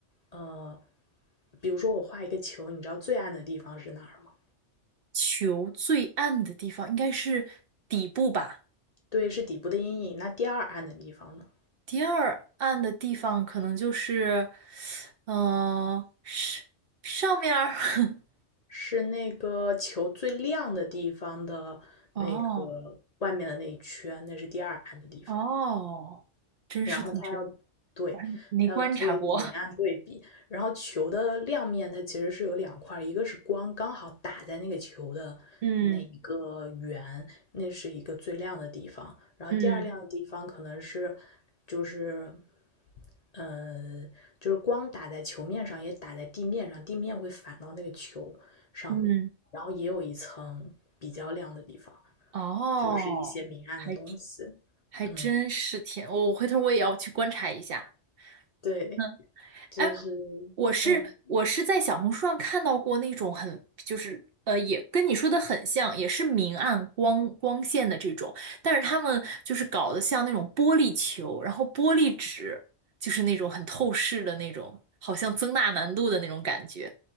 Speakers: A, on the left (about 45°); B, on the right (about 60°).
A: 呃，比如说我画一个球，你知道最暗的地方是哪儿吗？
B: 球最暗的地方应该是底部吧。
A: 对，是底部的阴影。那第二暗的地方呢？
B: 第二暗的地方可能就是，呃，上上面儿，<laughs>
A: 是那个球最亮的地方的那个外面的那一圈，
B: 哦
A: 那是第二暗的地方。
B: 哦，真是挺深，
A: 然后它要对它要做一个明暗对比，
B: 我还没观察过。<laughs>
A: 然后球的亮面它其实是有两块一个是光刚好打在那个球的那一个圆，
B: 嗯
A: 那是一个最亮的地方，然后第二亮的地方可能是
B: 嗯
A: 就是呃就是光打在球面上，也打在地面上，地面会反到那个球上面，
B: 嗯，
A: 然后也有一层比较亮的地方，
B: 哦，
A: 就是一些明暗的东西，
B: 还还真是挺，
A: 嗯，
B: 我回头我也要去观察一下。
A: 对。
B: <laughs>
A: 就是，
B: 哎，我是我是在小红书上看到过那种很就是呃，
A: 嗯，
B: 也跟你说的很像，也是明暗光光线的这种，但是他们就是搞得像那种玻璃球，然后玻璃纸，就是那种很透视的那种，好像增大难度的那种感觉。